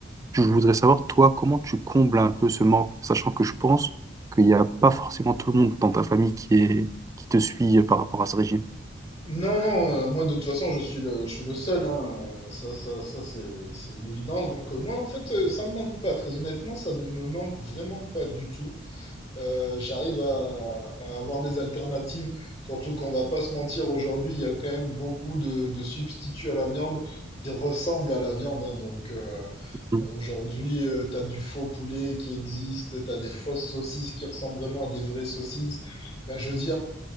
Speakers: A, on the right; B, on the left.
A: Je voudrais savoir, toi, comment tu combles un peu ce manque, sachant que je pense qu'il n'y a pas forcément tout le monde dans ta famille qui est, qui te suit euh, par rapport à ce régime.
B: Non, non, euh, moi de toute façon je suis le, je suis le seul, hein, euh, ça, ça, ça c'est, c'est une évidence. Donc euh, moi en fait euh, ça me manque pas, très honnêtement ça ne me manque vraiment pas du tout. Euh, j'arrive à, à avoir des alternatives, surtout qu'on va pas se mentir aujourd'hui, il y a quand même beaucoup de, de substituts à la viande qui ressemblent à la viande. hein. donc euh,
A: Mm.
B: aujourd'hui tu t'as du faux poulet qui existe, t'as des fausses saucisses qui ressemblent vraiment à des vraies saucisses. Ben, je veux dire